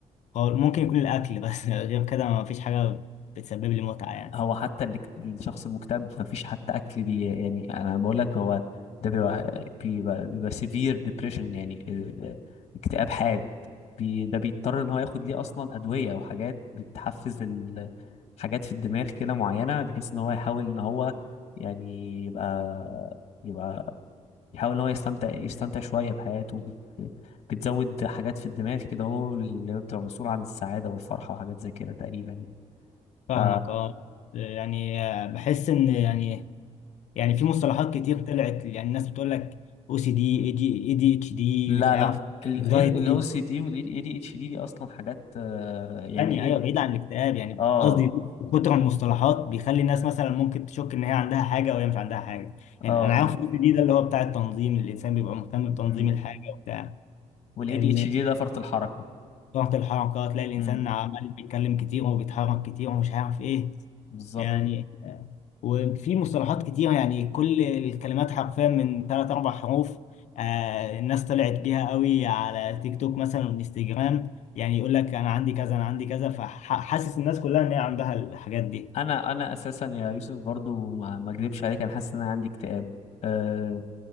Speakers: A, on the left (about 70°); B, on the left (about 55°).
A: هو ممكن يكون الاكل بس <laughs> غير كده مفيش حاجه بتسبب لي متعه يعني
B: هو حتى اللي الشخص المكتئب مفيش حتى اكل بي يعني انا بقول لك هو ده بيبقى بيبقى, بيبقى سيفير ديبريشن يعني آه، آه، اكتئاب حاد بي ده بيضطر ان هو ياخد ليه اصلا ادويه وحاجات بتحفز ال- حاجات في الدماغ كده معينه بحيث ان هو يحاول ان هو يعني يبقى يبقى يحاول ان هو يستمتع يستمتع شويه بحياته بت... بتزود حاجات في الدماغ كده هو اللي بتبقى مسؤوله عن السعاده والفرحه وحاجات زي كده تقريبا يعني
A: فاهمك
B: ف
A: اه يعني بحس ان يعني يعني في مصطلحات كتير طلعت يعني الناس بتقول لك او سي دي اي دي اتش دي
B: لا
A: مش عارف
B: لا
A: انكزايتي
B: الاو سي دي والاي دي اتش دي دي اصلا حاجات آه، يعني
A: ثانية
B: ايه
A: أيوة بعيد عن الاكتئاب يعني
B: اه
A: قصدي كتر من المصطلحات بيخلي الناس مثلا ممكن تشك إن هي عندها حاجة وهي مش عندها حاجة يعني
B: اه
A: أنا عارف
B: اه
A: الجزء دي ده اللي هو بتاع التنظيم الإنسان بيبقى مهتم بتنظيم
B: امم
A: الحاجة وبتاع
B: والاي
A: ال-
B: دي اتش دي ده فرط الحركه
A: ضغط الحركة تلاقي الإنسان
B: امم
A: عمال بيتكلم كتير وبيتحرك كتير ومش عارف إيه
B: بالظبط
A: يعني آه، وفي مصطلحات كتير يعني كل الكلمات حرفيا من ثلاث أربع حروف آه الناس طلعت بيها قوي على تيك توك مثلا وانستجرام يعني يقول لك أنا عندي كذا أنا عندي كذا فحاسس الناس كلها إن هي عندها الحاجات دي
B: انا انا اساسا يا يوسف برضو ما ما اكذبش عليك انا حاسس ان انا عندي اكتئاب أه